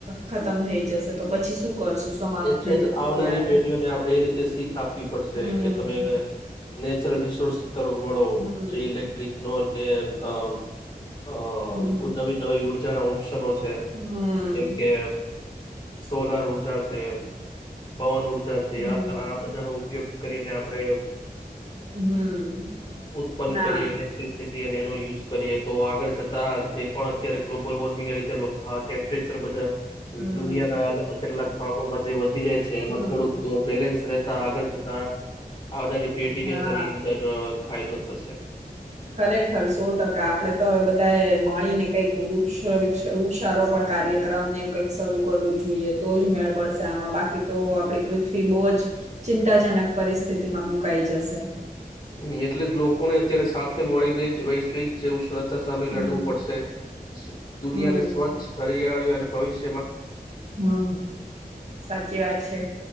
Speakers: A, on the right; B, on the left.
A: ખતમ થઈ જશે તો પછી શું કરશું સમાપ્ત
B: એટલે
A: થઈ
B: જ
A: જશે
B: આવનારી
A: ત્યારે
B: પેઢીઓને આપડે એ રીતે શીખ આપવી
A: હમ
B: કે તમે નેચરલ <inaudible> તરફ વળો
A: હમ
B: જે ઇલેક્ટ્રિક નોન એ અ અ
A: હમ
B: નવી નવી ઉડ વધારે ઓપ્શન છે.
A: હમ
B: જેમ કે સોલર ઉર્જા છે. તે પવન ઉર્જા છે.
A: હમ
B: આ આ બધાનો ઉપયોગ કરીને આપણે
A: હમ
B: ઉત્પન્ન
A: ના
B: કરીએ ઇલેક્ટ્રિસિટ અને એનો યુઝ કરીએ તો આગ તા છે પણ અત્યારે ગ્લોબલ વોર્મિંગ <unintelligible> ટેમ્પરેચર બધા
A: હમ
B: દુનિયા ના કેટલાક માં જે <unintelligible> જાય છે એમાં
A: હમ
B: થોડુંક બેલેન્સ રહેતા આગળ જતા આવનારી પેઢી
A: હા
B: ને <unintelligible> ફાયદો થશે.
A: ખરેખર સો ટકા આપડે તો બધા એ મળી ને કઈક વૃક્ષ વૃક્ષારોપણ કાર્યક્રમને કઈક શરૂ કરવું જોઈએ તો જ મેળ પડશે આમાં બાકી તો આપણી પૃથ્વી બહુ જ ચિંતાજનક પરિસ્થિતિમાં મુકાઈ જશે.
B: હ એટલે જ લોકોને અત્યારે સાથે મળીને જ વૈશ્વિક જે ઉરાત સામે
A: હમ
B: લડવું પડશે. દુનિયાને
A: હમ
B: સ્વચ્છ, હરિયાળી અને ભવિષ્
A: હમ. સાચી વાત છે.